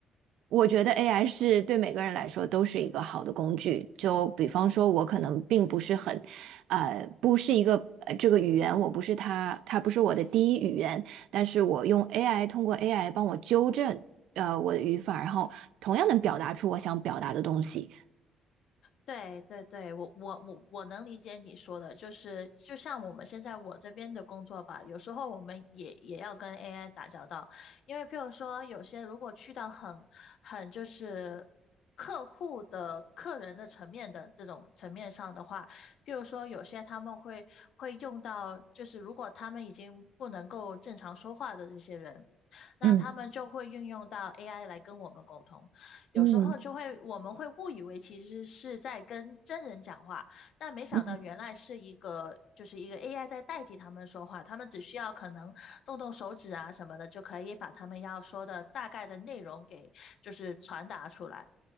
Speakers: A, on the right (about 85°); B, on the left (about 70°).
A: 我觉得 AI 是对每个人来说都是一个好的工具。就比方说，我可能并不是很，呃，不是一个呃这个语言，我不是他，他不是我的第一语言，但是我用 AI 通过 AI 帮我纠正呃我的语法，然后同样能表达出我想表达的东西。
B: 对对对，我我我我能理解你说的，就是就像我们现在我这边的工作吧，有时候我们也也要跟 AI 打交道，因为譬如说有些如果去到很很就是客户的客人的层面的这种层面上的话，譬如说有些他们会会用到，就是如果他们已经不能够正常说话的这些人，那他们就会运用到
A: 嗯
B: AI 来跟我们沟通。有时候就会我们会误以为其实是在跟真人讲话，
A: 嗯
B: 但没想到原来是一个就是一个
A: 嗯
B: AI 在代替他们说话，他们只需要可能动动手指啊什么的，就可以把他们要说的大概的内容给就是传达出来。